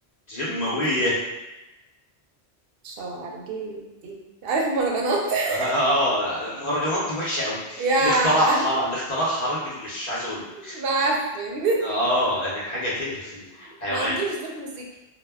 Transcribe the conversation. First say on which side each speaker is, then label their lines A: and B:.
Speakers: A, on the left (about 45°); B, on the right (about 65°).
A: جماويه
B: امم شوارجيتي عارف المهرجانات <laughs>
A: <laughs> اه المهرجانات دي وحشه قوي
B: يا
A: اللي اخترعها اللي اخترعها راجل مش عايز اقول لك
B: معفن
A: اه يعني حاجه تقرف الحيوان
B: ما عندوش ذوق موسيقي